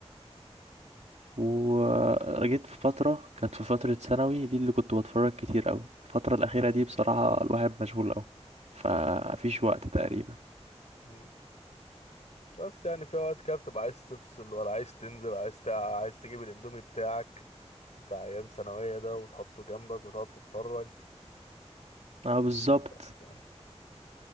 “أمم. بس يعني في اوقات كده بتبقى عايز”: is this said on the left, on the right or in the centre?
Left